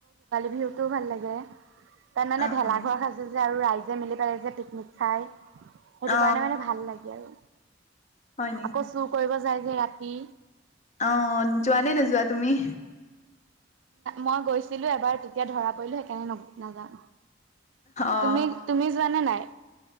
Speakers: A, on the right; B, on the left.
A: বিহুতটোও ভাল লাগে। তাৰমানে
B: অ
A: ভেলাঘৰ
B: অ
A: সাজে যে আৰু ৰাইজে মিলি পেলাই যে পিকনিক খাই। সেইটো
B: অ
A: কাৰণে মানে ভাল লাগে আৰু
B: হয়
A: আকৌ চুৰ কৰিব যায় যে ৰাতি,
B: অঁ যোৱা নে নাযোৱা তুমি?
A: মই গৈছিলো এবাৰ তেতিয়া ধৰা পৰিলো সেইকাৰণে নাজাও।
B: অ
A: তুমি তুমি যোৱা না নাই?